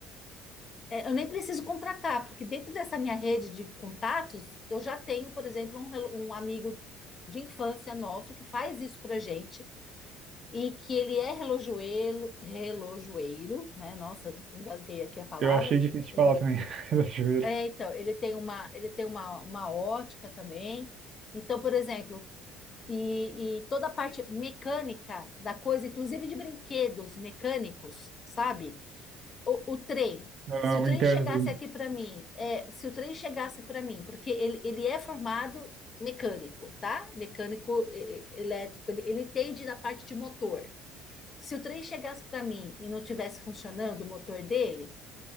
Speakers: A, on the left (about 35°); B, on the right (about 50°).
A: É, Eu nem preciso contratar, porque dentro dessa minha rede de contatos, eu já tenho, por exemplo, um, relo- um amigo de infância nosso que faz isso pra gente e que ele é relojoeiro, relojoeiro, né? Nossa, engasguei aqui a palavra.
B: Eu achei difícil de
A: Ele,
B: falar também, <laughs> relojoeiro.
A: é, então, ele tem uma, ele tem uma, uma ótica também. Então, por exemplo, e, e toda a parte mecânica da coisa, inclusive de brinquedos mecânicos, sabe? o, o trem.
B: Ah,
A: Se o
B: o
A: trem
B: interno
A: chegasse
B: do...
A: aqui para mim, é, se o trem chegasse para mim, porque ele, ele é formado mecânico, tá? Mecânico e- e- elétrico, ele, ele entende da parte de motor. Se o trem chegasse para mim e não tivesse funcionando o motor dele,